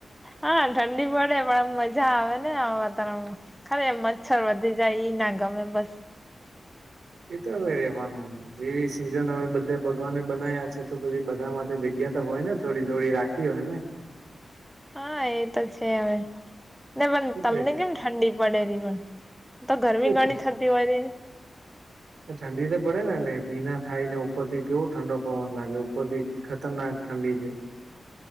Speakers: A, in the centre; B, on the right.
A: હા ઠંડી પડે પણ આમ મઝા આવે ને આવા વાતાવરણમાં. ખરે એમ મચ્છર વધી જાય ઇ ના ગમે બસ.
B: ઈ તો હવે રેવાનું. જેવી સિઝન હવે બધા ભગવાને બનાયા છે તો પછી બધા માટે જગ્યા ત હોય ને થોડી થોડી રાખ ખી હોય ને.
A: હા એતો છે હવે. ને પણ
B: શું
A: તમને કેમ ઠંડી પડે રી પણ. તો ગરમી ઘણી
B: ક
A: થતી હોય છે ને.
B: ઠંડી તો પડે ને એ ભીના થાય ને ઉપરથી કેવો ઠંડો પવન લાગે ઉપરથી ખતરનાક ઠંડી છે.